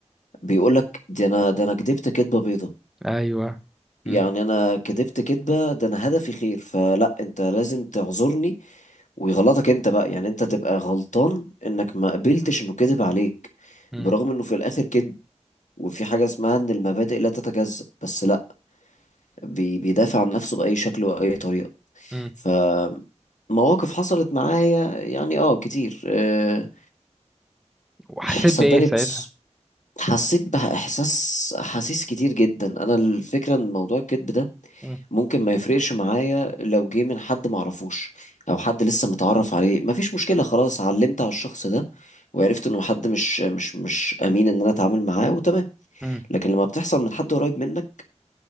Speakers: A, on the left (about 85°); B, in the centre.
A: بيقولك دي أنا ده أنا كدبت كدبة بيضة
B: ايوه
A: يعني
B: امم
A: أنا كدبت كدبة ده أنا هدفي خير فلأ أنت لازم تعذرني ويغلطك انت بقى يعني انت تبقى غلطان انك ما قبلتش انه كذب عليك
B: امم
A: برغم انه في الاخر كذب وفي حاجة اسمها ان المبادئ لا تتجزأ بس لا بي بيدافع عن نفسه بأي شكل وأي طريقة
B: امم
A: ف مواقف حصلت معايا يعني اه كتير أه
B: وحسيت
A: صدقني
B: بايه ساعتها
A: بص حسيت بإحساس أحاسيس كتير جدا أنا الفكرة إن موضوع الكذب ده
B: امم
A: ممكن ما يفرقش معايا لو جه من حد معرفوش او حد لسه متعرف عليه مفيش مشكلة خلاص علمت على الشخص ده وعرفت انه حد مش مش مش امين ان انا اتعامل معاه وتمام
B: امم
A: لكن لما بتحصل من حد قريب منك